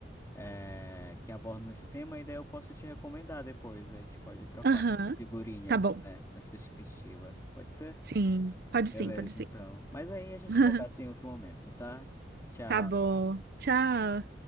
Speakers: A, on the left; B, on the right.
A: eh, que abordam esse tema, e daí eu posso te recomendar depois, a gente pode trocar
B: Aham,
A: figurinha,
B: tá bom,
A: né, nessa perspectiva. Pode ser?
B: sim, pode
A: Beleza,
B: sim, pode sim.
A: então. Mas aí a gente
B: <laughs>
A: conversa em outro momento, tá? Tchau.
B: Tá bom, tchau.